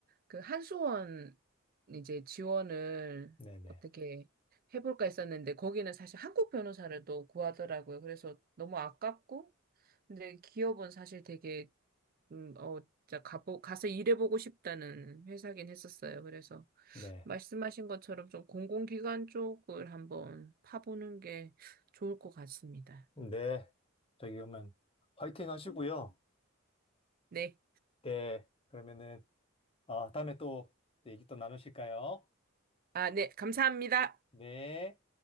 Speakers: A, on the right; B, on the left.
A: 그 한수원 이제 지원을
B: 네네.
A: 어떻게 해볼까 했었는데 거기는 사실 한국 변호사를 또 구하더라고요. 그래서 너무 아깝고 근데 기업은 사실 되게 음, 어, 진짜 가보, 가서 일해보고 싶다는 회사긴 했었어요. 그래서
B: 네.
A: 말씀하신 것처럼 좀 공공기관 쪽을 한번 파보는 게 좋을 것 같습니다.
B: 네. 저기 그러면 화이팅 하시고요.
A: 네.
B: 네. 그러면은 아, 다음에 또 얘기 또 나누실까요?
A: 아, 네. 감사합니다.
B: 네.